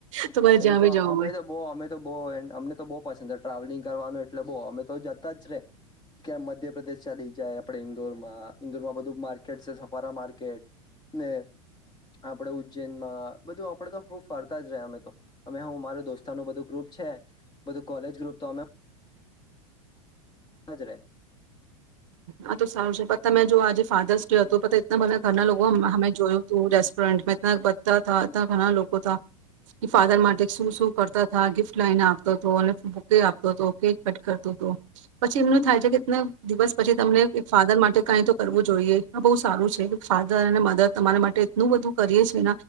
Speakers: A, on the right; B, on the left.
A: તમારે જ્યાં
B: એ તો
A: બી જવું
B: અમે
A: હોય
B: તો બો અમે તો બો અમને તો બો પ ટ્રાવેલિંગ કરવાનું એટલે બો અમે તો જતા જ રે કે મધ્યપ્રદેશ ચાલી જાય આપડે ઈન્દોર માં ઇન્દોરમાં બધું માર્કેટ છે સફારા માર્કેટ ને આપડે ઉજ્જૈનમાં બધું આપડે તો ફરતા જ ર અમે તો. અમે હું મારો દોસ્તા ન બધું ગ્રુપ છે બધું કોલેજ ગ્રુપ તો અમે હાજરે.
A: હા તો સારું છે પ તમે જો આજે ફાધર્સ ડે હતો પ તેં એટલા બધા ઘરના લોકો અમે જોયું તું રસ સ્ટોરન્ટ બધતા ઘણા લોકો તા ફાધર માટે શું શું કરતા હતા ગિફ્ટ લઈને આપતો હતો અને બુકે આપતો હતો કેક કટ કરતો હતો પછી એમનું થાય છે કે દિવસ પછી તમને ફાધર માટે કઈ તો કરવું જોઈએ. આ બઉ સારું છે ફાધર અને મધર તમારા માટે એટલું બધું કરીએ છે